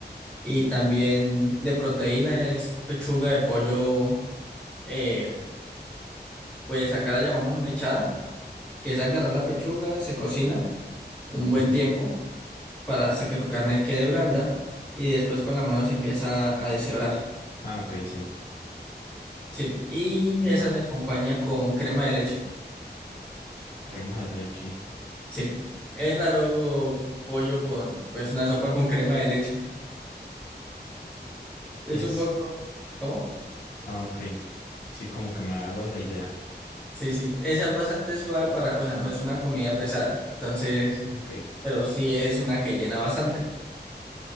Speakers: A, in the centre; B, on the left (about 65°).
A: Y también de proteína es pechuga de pollo, eh, pues acá la llamamos mechada que es agarrar la pechuga, se cocina un buen
B: ujú.
A: tiempo para hasta que su carne quede blanda y después con la mano se empieza a deshebrar.
B: Ah, ok, sí,
A: Sí, y
B: entiendo.
A: esa se acompaña con crema de leche.
B: Crema de leche.
A: Sí, es raro pollo con, pues, una sopa con crema de leche. Es
B: Es...
A: un poco, ¿cómo?
B: Ah, ok. Sí, como que me hago la idea.
A: Sí, sí, esa es bastante suave para, o sea, no es una comida pesada, entonces,
B: Ok,
A: pero sí es una que llena bastante.